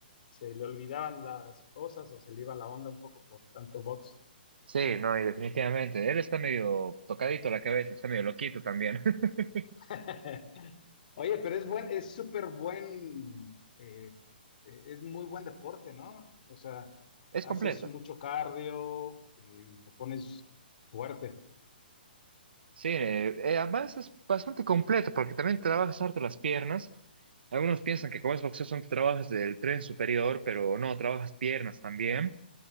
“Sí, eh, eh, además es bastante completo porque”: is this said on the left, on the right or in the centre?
Right